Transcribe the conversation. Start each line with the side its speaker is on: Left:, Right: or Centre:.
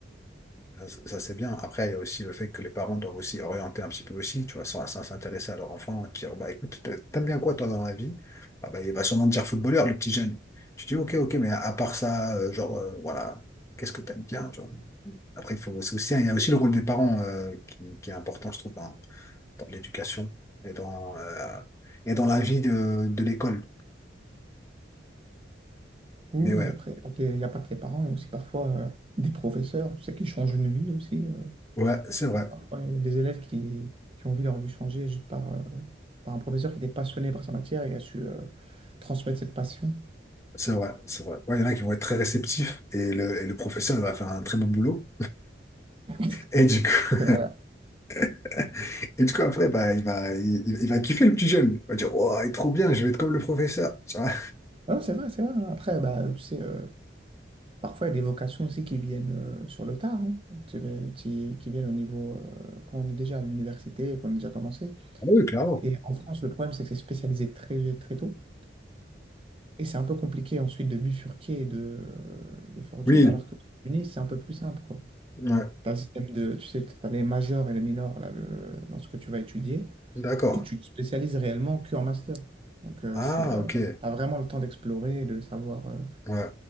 Left: Ça, ça, c'est bien. Après, il y a aussi le fait que les parents doivent aussi orienter un petit peu aussi, tu vois, sans, sans s'intéresser à leur enfant, dire, bah écoute, t'a- t'aimes bien quoi toi dans la vie? Ah, bah, il va sûrement te dire footballeur, le petit jeune. Tu dis, ok, ok, mais à, à part ça, euh, genre, euh, voilà, qu'est-ce que t'aimes bien, tu vois? Après, il faut, c'est aussi, il y a aussi le rôle des parents euh, qui, qui est important, je trouve, dans, dans l'éducation et dans, euh, et dans la vie de, de l'école.
Right: Oui,
Left: Mais ouais,
Right: oui, après, il n'y a pas que les y a pas que les parents, il y a aussi parfois euh, des professeurs, tu sais, qui changent une vie aussi. euh,
Left: ouais, c'est vrai,
Right: Parfois, il y a des élèves qui, qui ont vu leur vie changer juste par, euh, par un professeur qui était passionné par sa matière et qui a su euh, transmettre cette passion.
Left: c'est vrai, c'est vrai. Ouais, il y en a qui vont être très réceptifs et le, et le professeur il va faire un très bon boulot.
Right: <laughs>
Left: Et du coup,
Right: C'est vrai.
Left: <laughs> et du coup après, bah, il va, il, il va kiffer le petit jeune. Il va dire, Oh, il est trop bien, je vais être comme le professeur. Tu vois
Right: Non, c'est vrai, c'est vrai. Après, bah, tu sais, euh, parfois, il y a des vocations aussi qui viennent euh, sur le tard, hein, tu- euh, qui, qui viennent au niveau, euh, quand on est déjà à l'université et qu'on a déjà commencé.
Left: Ah oui, clairement.
Right: Et en France, le problème, c'est que c'est spécialisé très, très tôt. Et c'est un peu compliqué ensuite de bifurquer et de, euh, de faire autre
Left: Oui,
Right: chose, alors que aux États-Unis, c'est un peu plus simple, quoi.
Left: ouais,
Right: T'as le système de, tu sais, t'as les majors et les minors là, le, dans ce que tu vas étudier,
Left: d'accord.
Right: et tu te spécialises réellement que en master. Donc, euh,
Left: Ah,
Right: c'est, euh,
Left: ok.
Right: t'as vraiment le temps d'explorer et de savoir euh,
Left: Ouais,